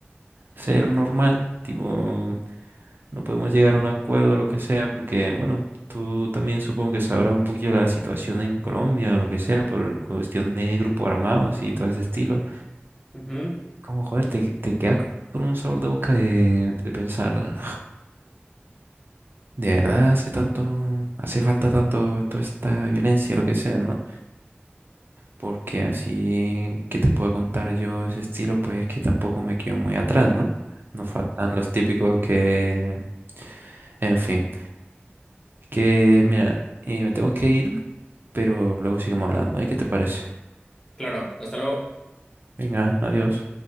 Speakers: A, on the right (about 55°); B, on the left (about 15°).
A: ser normal, tipo, no podemos llegar a un acuerdo o lo que sea, porque, bueno, tú también supongo que sabrás un poquillo la situación en Colombia o lo que sea, por cuestión de grupos armados y todo ese estilo.
B: Ujú,
A: Como, joder, te, te quedas con un sabor de boca de, de pensar, de verdad hace tanto, hace falta tanto toda esta violencia, lo que sea, ¿no? Porque así que te puedo contar yo ese estilo, pues que tampoco me quedo muy atrás, ¿no? Nos faltan los típicos que... En fin, que mira, eh, me tengo que ir, pero luego seguimos hablando, ¿eh? ¿Qué te parece?
B: Claro, hasta luego.
A: Venga, adiós.